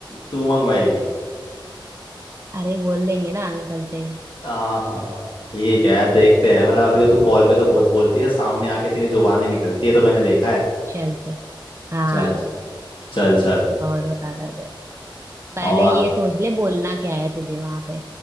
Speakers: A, on the left (about 70°); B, on the right (about 30°).
A: तू मंगवाएगी
B: अरे बोल देंगे ना अंकल से
A: हाँ हाँ ठीक है देखते हैं मतलब अभी तो तू कॉल पे तो बहुत बोलती है सामने आके तेरी जुबानें निकलती है तो मैंने देखा है
B: चल चल हाँ
A: चल जी, चल चल
B: बहुत बता दर्द हो पहले
A: और
B: ये सोच ले बोलना क्या है तुझे वहां पे